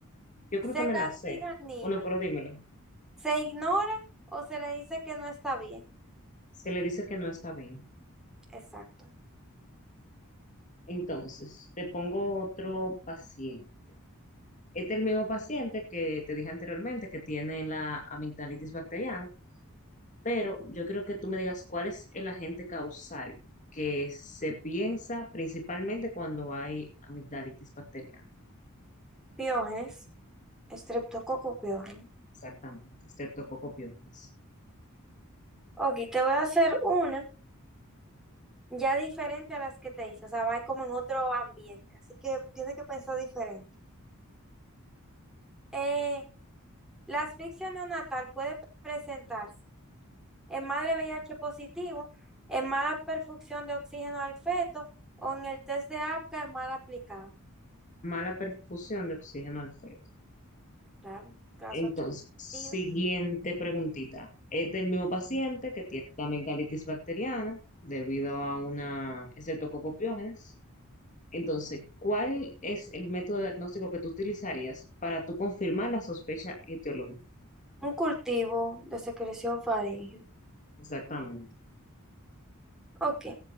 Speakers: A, on the left; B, in the centre.
A: Yo
B: Se
A: creo que me
B: castiga
A: la sé.
B: al niño,
A: Bueno, pero dímelo.
B: se ignora o se le dice que no está bien.
A: Se le dice que no está bien.
B: Exacto.
A: Entonces, te pongo otro paciente. Este es el mismo paciente que te dije anteriormente que tiene la amigdalitis bacteriana, pero yo creo que tú me digas cuál es el agente causal que se piensa principalmente cuando hay amigdalitis bacteriana.
B: Piógenes, estreptococo piógeno.
A: Exactamente, Streptococcus pyogenes.
B: Ok, te voy a hacer una ya diferente a las que te hice, o sea, va como en otro ambiente, así que tienes que pensar diferente. Eh, la asfixia neonatal puede presentarse en madre V I H positivo, en mala perfusión de oxígeno al feto o en el test de Apgar mal aplicado.
A: Mala perfusión de oxígeno al feto.
B: Claro, caso
A: Entonces,
B: atribuido.
A: siguiente preguntita. Este es el mismo paciente que tiene la amigdalitis bacteriana debido a una estreptococcus Entonces, ¿cuál es el método diagnóstico que tú utilizarías para tú confirmar la sospecha etiológica?
B: Un cultivo de secreción faríngea.
A: Exactamente.
B: Ok.